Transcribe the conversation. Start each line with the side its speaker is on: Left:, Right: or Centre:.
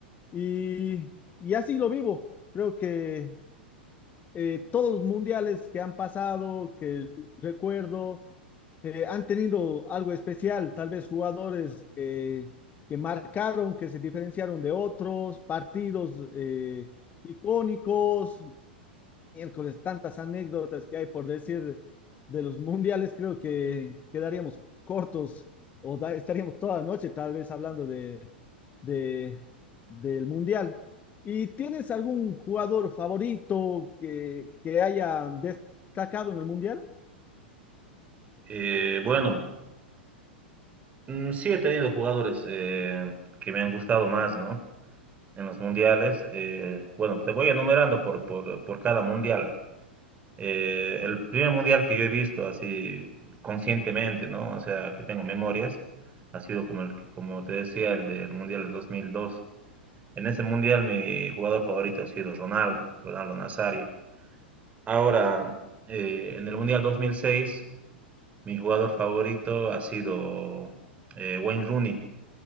Left: y, y así lo vivo. Creo que eh, todos los mundiales que han pasado, que recuerdo, eh, han tenido algo especial, tal vez jugadores que, que marcaron, que se diferenciaron de otros, partidos eh, icónicos, miércoles, tantas anécdotas que hay por decir de los mundiales, creo que quedaríamos cortos o da- estaríamos toda la noche tal vez hablando de, de, del mundial. ¿Y tienes algún jugador favorito que, que haya destacado en el mundial?
Right: Eh, bueno, mm, sí he tenido jugadores eh, que me han gustado más, ¿no? en los mundiales. eh, bueno, te voy enumerando por, por, por cada mundial. Eh, el primer mundial que yo he visto así conscientemente, ¿no? O sea, que tengo memorias, ha sido como el que, como te decía, el del mundial del 2002. En ese mundial mi jugador favorito ha sido Ronaldo, Ronaldo Nazario. Ahora, eh, en el mundial 2006, mi jugador favorito ha sido eh, Wayne Rooney.